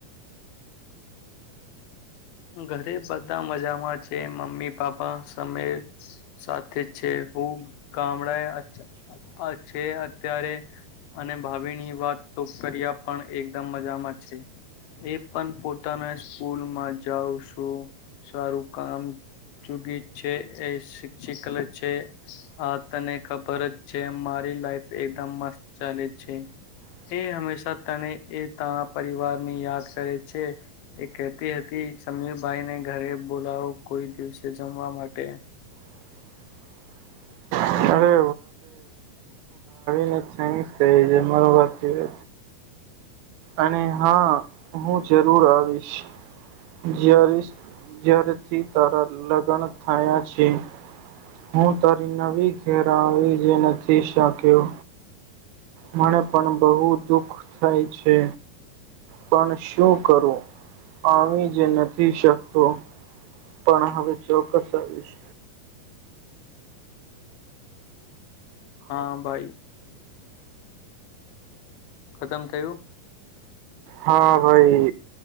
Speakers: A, on the left; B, on the right.
A: ઘરે બધા મજામાં છે મમ્મી પાપા સમમેર સાથે છે હું ગામડાએ છે અત્યારે અને ભાવિની વાત તો કર્યા પણ એકદમ મજામાં છે એ પણ પોતાના સ્કૂલમાં જાઉ છું સારું કામ જુગી છે એ શિક્ષિક છે આ તને ખબર જ છે મારી લાઈફ એકદમ મસ્ત ચાલે છે એ હંમેશા તને એ તાર પરિવાર ની યાદ કરે છે એ કહેતી હતી સમીરભાઈ ને ઘરે બોલાવો કોઈ દિવસે જમવા માટે
B: અરે થ થ જ મા વા હો અને હા હું જરૂર આવીશ જ્યારે જારથી તારા લગ્ન થયા છે હું તારી નવી ઘેર આવી જે નથી શક્યો મને પણ બહુ દુખ થાય છે પણ શું કરું આવી જ નથી શકતો પણ હવે ચોક્કસ આવીશ
A: હા ભાઈ ખતમ થયું
B: હા ભાઈ